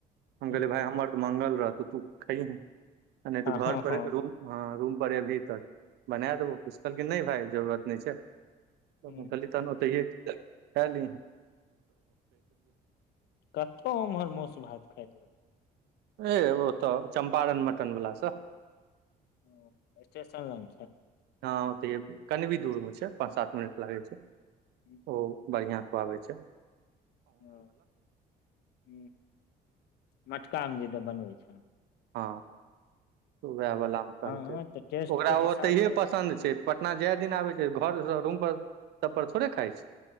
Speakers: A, on the right; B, on the left.
A: हम
B: हूँ
A: कहले भाय हमर त मंगल रहतो तू खाहि ने आ नय
B: हँ
A: तू घर
B: हँ
A: पर
B: हँ
A: रुम हँ रूम पर एबही त बना देबौ किछ कहलकिन नहि भाय जरूरत नहि अछि। तऽ
B: हूँ
A: हम कहलिए तहन ओतये खाई ले
B: कतहु उमहर मौस भात खाइ ल
A: ए ओ तऽ चंपारण मटन वला स
B: ओ स्टेसन लग छै।
A: हँ ओतये कन भी दूरमे छै पाँच सात मिनट लागै छै
B: हूँ
A: ओ बढ़िआ खुआबय अछि।
B: ओ ह मटकामे जेदऽ बनबै छै
A: ह तऽ ओएह
B: हँ
A: बलामे कहलकै
B: हँ तऽ टेस्ट
A: ओकरा
B: के हिसाब
A: ओतहिए
B: से
A: पसन्द छै पटना जाय दिन आबे छै घर रूम पर सभ पर थोड़े खाइ छै